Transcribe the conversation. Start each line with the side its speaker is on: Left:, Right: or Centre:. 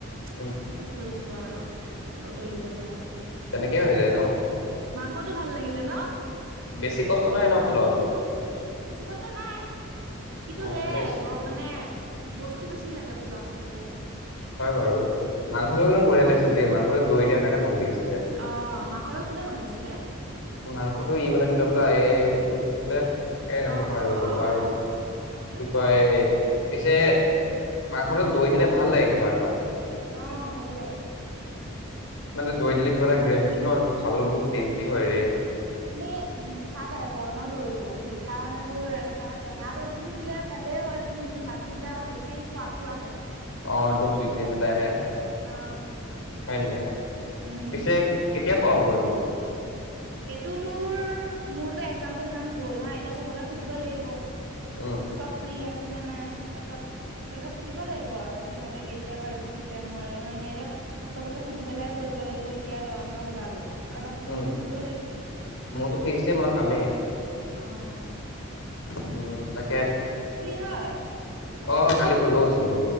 Right: তছ
Left: উম
Right: থৈছো। আৰু উতলিবলৈ আৰু।
Left: তেনেকেই হৈ যায় ন?
Right: কতো ভাল লাগিলে ন?
Left: বেছি কষ্ট নাই ন পোলওটোত?
Right: বেছি কষ্ট নাই কিন্তু
Left: অ
Right: সেয়াই
Left: ভালে আছে
Right: গব মানে। বস্তু বেছি লাগে পোলাও খাবলে।
Left: হয় বাৰু মাংসটোও
Right: উম
Left: কিন্তু বঢ়িয়া লাগিছিল দেই মাংস। অৰু দৈ দিয়াৰণে ভাল লাগিছে।
Right: আহ মাংস আলো কোনে বনাইছিলে।
Left: মাংসটো ই বনাইছিলে বোলা এই তোৰ কিছিলে এ নামটো
Right: অ
Left: পাহৰি
Right: অ
Left: গলো
Right: অ
Left: বাৰু
Right: অ অ অ
Left: কি কয় এ- পিছে মাংসটো দৈ দিলে ভাল লাগে কিবা এটা
Right: অ ভাল লাগে
Left: মানে দৈ দিলে কিবা এটা গ্ৰেভিটো ন- খাবলৈ বহুত টেষ্টি হয় ৰে
Right: নে মিঠা টাইপৰ ন দৈ টো মিঠা মানে তোৰ এনেকা টেঙা দৈ টো দিলে ভালেই হয় কিন্তু মিঠাটো দিলে আৰু বেছি সোৱাদটো আহে।
Left: অ একদম চুইটনেচ এটা আহে
Right: অ
Left: হয় নে নাই
Right: উম
Left: পিছে কেতিয়া খোৱা হ'বই তো
Right: এইটো তোৰ মোৰতো এক্সজাম চেক্সজাম গ'ল হা এতিয়া চবকে সুধিব লাগিব
Left: উম
Right: চব ফ্ৰী আছে আছে নে নাই তাৰপিছত সিহঁতক সুধিব লাগিব আৰু সিহঁতে কেতিয়া পাৰিব কেতিয়া নোৱাৰে হয় নাই এতিয়া চবকে সুধি পেলাই কৰিব লাগিব এতিয়া তই মই ওলালো আৰু বাকী খিনি
Left: উম মোৰতো ফিক্স যে মই খামেই ।
Right: আহ।
Left: উম তাকে
Right: হয়
Left: অ কালি ফুৰিব গৈছিলো।